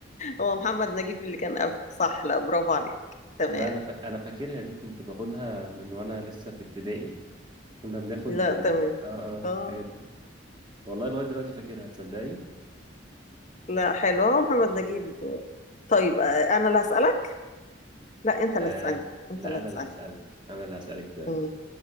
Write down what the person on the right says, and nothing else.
لا أنا فا... أنا فاكرها دي كنت باخدها من وأنا لسه في ابتدائي كنا بناخد
آه
آه
الحاجات دي والله لغاية دلوقتي فاكرها تصدقي
آه
لا
أنا
اللي هسألك أنا اللي هسألك دلوقتي